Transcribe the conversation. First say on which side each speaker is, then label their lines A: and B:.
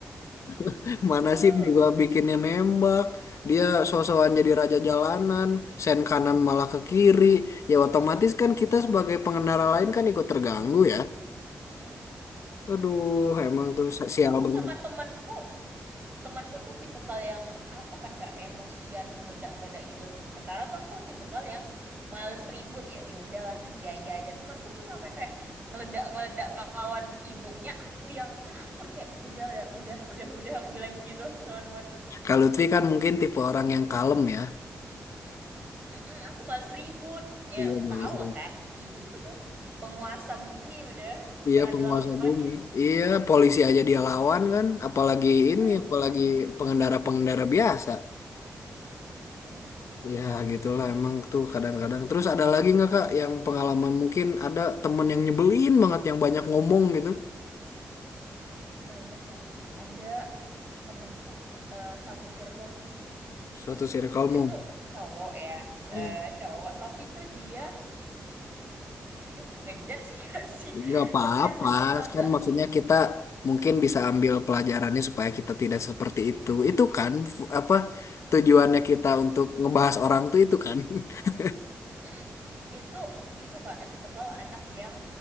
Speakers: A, on the left; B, on the right.
A: <laughs> Mana
B: tuh.
A: sim juga bikinnya nembak. Dia so-soan jadi raja jalanan, sen kanan malah ke kiri. Ya otomatis kan kita sebagai pengendara lain kan ikut terganggu ya.
B: Mm-mm.
A: Aduh, emang tuh
B: It- Itu
A: sial
B: aku
A: banget.
B: sama temanku temanku tuh tipikal yang apa kan kak emosian ngeledak-ngeledak gitu sementara tuh aku tipikal yang males ribut ya ya udahlah iya iya aja temanku tuh sampai kayak ngeledak-ngeledak ngelawan ibunya aku yang takut kayak udah udah udah udah udah aku bilang gitu sama temanku
A: Kalau Lutfi kan mungkin tipe orang yang kalem ya.
B: "Mm, aku males ribut ya
A: Iya, bagus.
B: tau lah kan ibu-ibu tuh penguasa bumi udah
A: Iya
B: jangan
A: penguasa
B: dilawanin
A: bumi. Iya polisi aja dia lawan kan, apalagi ini,
B: nah
A: apalagi
B: makanya
A: pengendara-pengendara biasa.
B: Hmm,
A: Ya gitulah emang tuh kadang-kadang. Terus ada lagi nggak Kak yang pengalaman mungkin ada temen yang nyebelin banget yang banyak ngomong gitu.
B: banyak kok. Uh, ada temanku eh, satu circleku sih.
A: Suatu circlemu.
B: Dia tuh cowok ya,
A: Ya.
B: eh, cowok. Tapi tuh dia ini ngejudge <laughs> gak sih?
A: Nggak apa-apa,
B: Tapi anaknya tuh agak,
A: kan maksudnya kita mungkin bisa ambil pelajarannya supaya kita tidak seperti itu. Itu kan f- apa tujuannya kita untuk ngebahas orang tuh itu kan. <laughs>
B: Mm-mm. Dia tuh itu kak tipe kalau anak yang